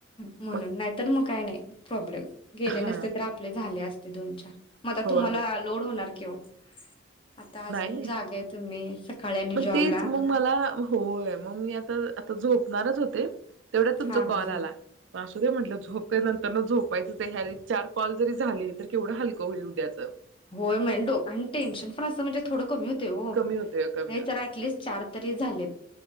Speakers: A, on the left (about 25°); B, on the right (about 70°).
A: म्हणून
B: मग
A: नायतर मग काय नायी प्रॉब्लेम गेले
B: हा
A: नसते तर आपले झाले अस ते दोन चार म आता
B: होय
A: तुमाला लोड होणार की <unintelligible> अजून
B: नाई नई
A: जागा आहे तुम्ही सकाळी आणि
B: म
A: जॉबला.
B: तेच मग मला होय मग मी आता आता झोप णारच होते तेवड्यात तुमचा
A: हा हा
B: कॉल आला म असूदे म्हटंल झोप काय नंतरन झो वायचंच ह्या वेळी चार कॉल जरी झाले तर केवडं हलकं होईल उद्याच
A: होय <unintelligible> डोकं आणि टेन्शन पण असं म्हणजे थोडं कमी हुत ते ओ
B: कमी होतय कमी
A: नई
B: होतय
A: तर ॲटलीस चार तर ते झालेत